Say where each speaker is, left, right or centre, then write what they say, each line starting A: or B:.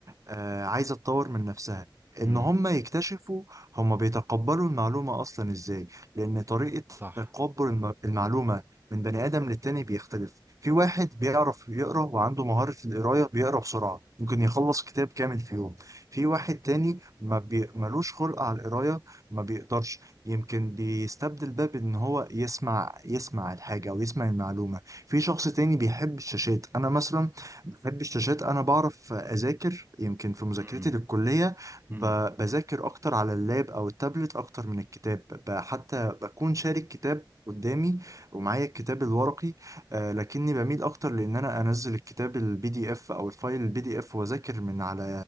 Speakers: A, on the right (about 40°); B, on the right (about 25°).
A: آه، عايزة تطور من نفسها
B: مم.
A: ان هم يكتشفوا هم بيتقبلوا المعلومة اصلا ازاي لان طريقة
B: صح
A: تقبل الم- المعلومة من بني ادم للتاني بيختلف في واحد بيعرف يقرا وعنده مهارة القراية بيقرا بسرعة ممكن يخلص كتاب كامل في يوم في واحد تاني ما بي... ملوش خلق على القراية ما بيقدرش يمكن بيستبدل ده بان هو يسمع يسمع الحاجة او يسمع المعلومة في شخص تاني بيحب الشاشات انا مثلا بحب الشاشات انا بعرف اذاكر يمكن في مذاكرتي
B: مم.
A: للكليه
B: مم.
A: ب- بذاكر اكتر على اللاب او التابلت اكتر من الكتاب ب- حتى بكون شارك كتاب قدامي ومعايا الكتاب الورقي آه لكني بميل اكتر لان انا انزل الكتاب البي دي اف او الفايل البي دي اف واذاكر من على